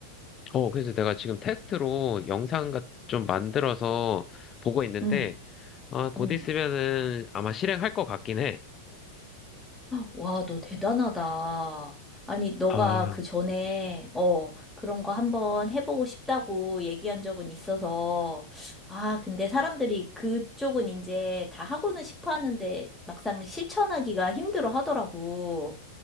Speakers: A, on the left (about 25°); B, in the centre.
A: 어, 그래서 내가 지금 테스트로 영상 같- 좀 만들어서 보고 있는데,
B: 응,
A: 아, 곧
B: 응.
A: 있으면은 아마 실행할 것 같긴 해.
B: 와, 너 대단하다. 아니, 너가
A: 아,
B: 그 전에, 어, 그런 거 한번 해보고 싶다고 얘기한 적은 있어서, 아, 근데 사람들이 그쪽은 이제 다 하고는 싶어 하는데 막상 실천하기가 힘들어 하더라고.